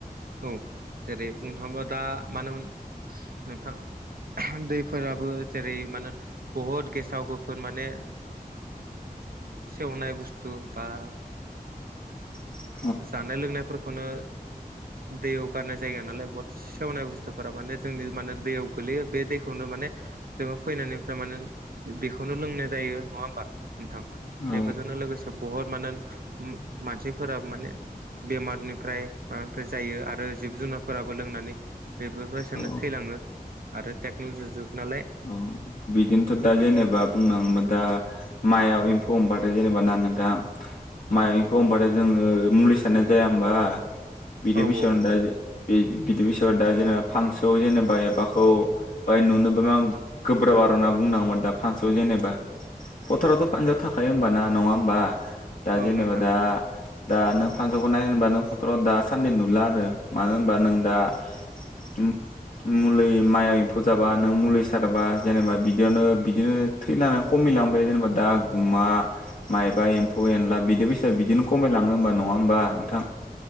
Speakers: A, on the right; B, on the left.
A: औ जेरै बुंनो थाङोबा दा मानोमोन नोंथां दैफोर जेरै मानो बुहुत गेसाव गोफोन माने सेवनाय बुस्थु बा
B: <inaudible>
A: जानाय लोंनायफोरखौनो दैयाव गारनाय जायगा नालाय बद सेवनाय बुस्थुफोरा माने जोंनि माने दैयाव गोलैयो बे दैखौनो माने जोङो फैनायनिफ्राय माने बेखौनो लोंनाय जायो नङा होमबा नोंथां?
B: औ
A: बेफोरजोंनो लोगोसे बहुत माने मानसिफोराबो माने बेमारनिफ्राय माबानिफ्राय जायो आरो जिब जुनारफोराबो लोंनानै बेबो बायसिानो
B: औ
A: थैलाङो आरो टेक्न'लजि जुग नालाय
B: अ बिदिनोथ' दा जेनेबा बुंनोङोबा दा माइयाव एम्फौ हबाथाय जेनेबा ना नोंथाङा माइ एम्फौ ह होनबथाय जोङो मुलि सारनाय जाया होमबा? बिदि
A: औ
B: बैसनो
A: औ
B: दा बिदि बैस दा जेनेा फानसु जेनेबा एबाखौ ओमफ्राय नुनो आं गोब्राब आरो होनना बुंनांगौ आरो दा फांसआव जेनेबा फोथारावथ' पान्जाब थाखायायो हबाना नङा होमबा दा
A: औ
B: जेनेबा
A: नोंथां
B: दा दा नों फाससौखौ नायनो होनबा नों फट'व दा सान्दि नुला आरो मानो होनबा नों दा <inaudible> मुलि माइया एम्फौ जाबा नों मुलि सारबा जेनेबा बिदियावनो बिदिनो। थै लनानै खम मिलांबाय जेनेबा दा गुमा माइबा एम्फौ एनला बिदि फैसा बिदिनो खमायलाङो हबा नङा होमबा नोंथां।